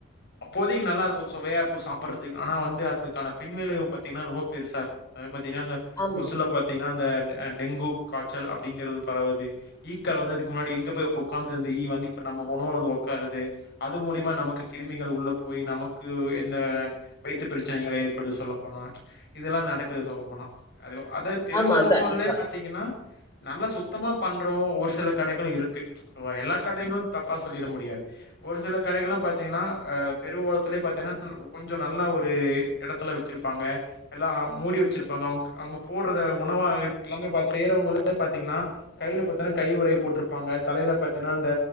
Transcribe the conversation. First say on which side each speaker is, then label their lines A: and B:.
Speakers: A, on the left; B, on the left.
A: அப்போதிக்கு நல்லாறர்க்கு சுவையாருக்கு சாப்பட்றதுக் ஆனா வந்து அதுக்கான பின்விளைவ பாத்தங்னா ரொம்ப பெருசாரு அது பாத்தீங்கன்னா அந்த
B: ஆமா
A: கொசுல பாத்தீங்கன்னா அந்த டெங்கு காச்சல் அப்டிங்கறது பரவது ஈக்கள் வந்து அதுக்கு முன்னாடி எங்க பேய் ஒக்காந்து இந்த ஈ வந்தி இப்ப நம்ப ஒணவுல வந்து ஒக்காருது அது மூலியமா நமக்கு கிருமிகள் உள்ள போய் நமக்கு எந்த வய்த்து பிரச்சனைகள ஏற்படுது சொல்ல போனா இதெல்லா நடக் கு சொல்ல போனா அது அத தெருவுணகல்லே
B: ஆமா கண்டிப்பா.
A: பாத்தீங்கன்னா நல்லா சுத்தமா பண்றோ ஒரு சில கடைகளு இருக்கு எல்லா கடைகளு தப்பா சொல்லிட முடியாது ஒரு சில கடைகளு பத்திங்கன்னா தெருவோலத்த பாத்திங்கனா கொஞ்சோ நல்லா ஒரு எடத்துல வச்சிருப்பாங்க எல்லா மூடி வ வச்சுருப்பாங்க அவங்கக் அவங்க போடுறத உணவா இருக் எல்லாமே பாத் செய்யறவங்களே பாத்தீங்கன்னா கைல பாத்திங்கனா கை உரை போட்ருப்பாங்க தலயில பாத்தீங்கன்னா அந்த